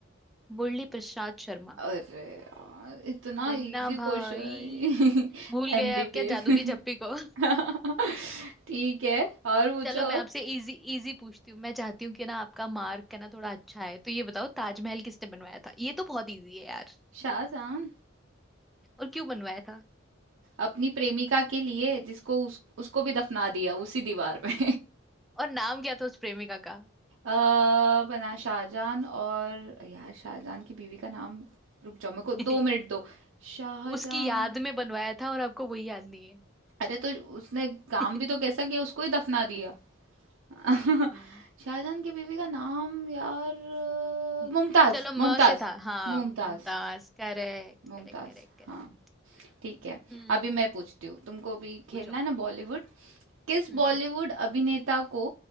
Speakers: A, in the centre; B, on the right.
A: मुरली प्रसाद शर्मा
B: अरे यार इतना
A: मुन्ना
B: इजी
A: भाई
B: क्वेश्चन <laughs>
A: भूल
B: एमबीबीएस
A: गए आप क्या जादू की झप्पी को
B: <laughs> ठीक है और पूछो
A: चलो मैं आपसे इजी इजी पूछती हूँ मैं चाहती हूँ कि ना आपका मार्क है ना थोड़ा अच्छा है तो ये बताओ ताजमहल किसने बनवाया था ये तो बहुत इजी है यार
B: शाहजहां
A: और क्यों बनवाया था
B: अपनी प्रेमिका के लिए जिसको उस, उसको भी दफना दिया उसी दीवार में
A: और नाम क्या था उस प्रेमिका का
B: अ बना शाहजहान और यार शाहजहान की बीवी का नाम रुक जाओ मेरे को
A: <laughs>
B: दो मिनट दो शाहजहां
A: उसकी याद में बनवाया था और आपको वही याद नहीं है
B: अरे तो उसने काम
A: <laughs>
B: भी तो कैसा किया उसको ही दफना दिया <laughs>
A: हम्म,
B: शाहजहान की बीवी का नाम यार
A: हम्म।
B: अ, मुमताज
A: चलो म
B: मुमताज
A: से था हाँ
B: मुमताज
A: Mumtaz correct
B: मुमताज
A: correct correct correct
B: हाँ ठीक है
A: हम्म
B: अभी मैं पूछती हूँ तुमको अभी खेलना
A: पूछो
B: है ना बॉलीवुड किस
A: हम्म
B: बॉलीवुड अभिनेता को